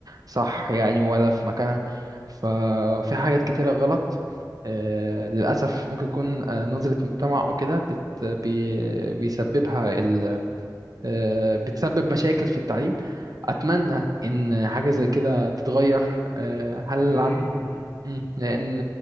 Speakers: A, on the right; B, on the left.
A: صح يعني ولا في مكانها ففي حاجات كتيرة غلط آه، للأسف ممكن يكون آه، نظرة مجتمع وكده بت بي- بيسببها ال آه، بتسبب مشاكل في التعليم أتمنى إن حاجة زي كده تتغير آه، هل
B: يا
A: عن
B: ريت والله
A: مم، لأن